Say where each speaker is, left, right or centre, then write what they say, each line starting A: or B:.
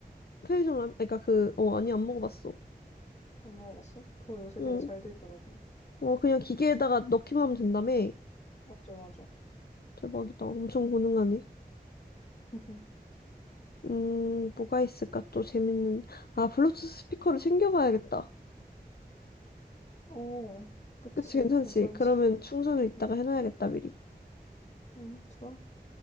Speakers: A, on the left; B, on the left.
A: 편의점 라면, 그니까 그, 어, 아니, 안 먹어봤어.
B: 안 먹어봤어? 그거 요새
A: 응
B: 되게 잘 돼 있더라고.
A: 어, 그냥 기계에다가 넣기만 하면 된다며?
B: 맞아, 맞아.
A: 대박이다. 엄청 고능하네.
B: <laughs>
A: 음, 뭐가 있을까? 또 재밌는. 아, 블루투스 스피커를 챙겨가야겠다.
B: 오 그치.
A: 그치, 괜찮지?
B: 괜찮지.
A: 그러면 충전을 이따가
B: 응,
A: 해놔야겠다, 미리.
B: 응, 좋아.